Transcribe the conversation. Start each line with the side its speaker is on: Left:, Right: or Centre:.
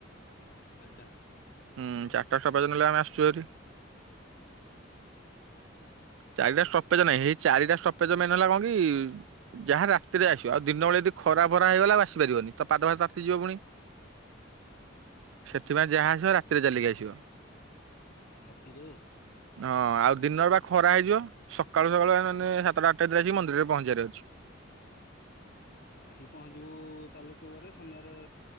Left: ଚାରିଟା।
Right: ହୁଁ ଚାର୍ଟା ଷ୍ଟପେଜ ନେଲେ ଆମେ ଆସୁଛୁ ହାରି। ଚାରିଟା
Left: କେତେବେଳେ
Right: ସଷ୍ଟପେଜ ନାହିଁ ସେଇ ଚାରିଟା ସଷ୍ଟପେଜ ମେନ୍ ହେଲା କଣ କି ଯାହା ରା ତିରେ ଆସିବ ଆଉ ଦିନବେଳେ ଯଦି ଖରା ଫରା ହେଇଗଲା ଆଉ ଆସିପାରିବନି ପାଦ ଫାଦ ତାତିଯିବ ପୁଣି। ସେଥିପାଇଁ ଯାହା ଆସିବ ରାତିରେ ଚାଲିକି ଆସିବ।
Left: ରାତିରେ।
Right: ହଁ ଆଉ ଦିନରେ ବା ଖରା ହେଇଯିବ ସକାଳୁ ସକାଳୁ ମାନେ ସାତଟା ଆଠଟା ଭିତରେ ଆସିକି ମନ୍ଦିରରେ ପହଞ୍ଚିବାର ଅଛି।
Left: ଆସିକି ପହଞ୍ଚିବୁ ତାହେଲେ କୋଉ ବାରେ ଶନିବାରେ